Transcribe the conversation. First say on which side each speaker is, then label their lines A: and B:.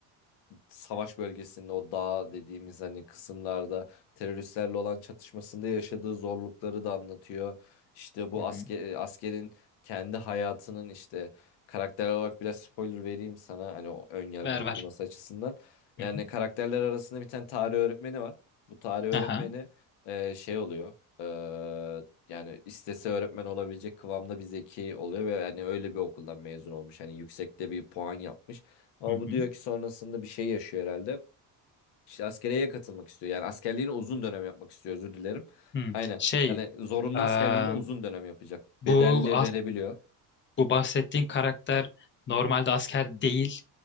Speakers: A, on the left; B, on the left.
A: savaş bölgesinde o dağ dediğimiz hani kısımlarda teröristlerle olan çatışmasında yaşadığı zorlukları da anlatıyor. İşte bu
B: Hı hı.
A: asker, askerin kendi hayatının işte karakter olarak biraz spoiler vereyim sana hani o ön yargını
B: Ver ver.
A: kırması açısından. Yani
B: Hı hı.
A: karakterler arasında bir tane tarih öğretmeni var. Bu tarih öğretmeni
B: Aha.
A: e, şey oluyor. e, yani istese öğretmen olabilecek kıvamda bir zeki oluyor ve yani öyle bir okuldan mezun olmuş. Hani yüksekte bir puan yapmış. Ama
B: Hı hı.
A: bu diyor ki sonrasında bir şey yaşıyor herhalde. İşte askeriyeye katılmak istiyor. Yani askerliğini uzun dönem yapmak istiyor özür dilerim.
B: Hı.
A: Aynen.
B: Şey,
A: Yani zorunlu
B: eee,
A: askerliğini uzun dönem yapacak.
B: bu
A: Bedelli verebiliyor.
B: Bu bahsettiğin karakter normalde asker değil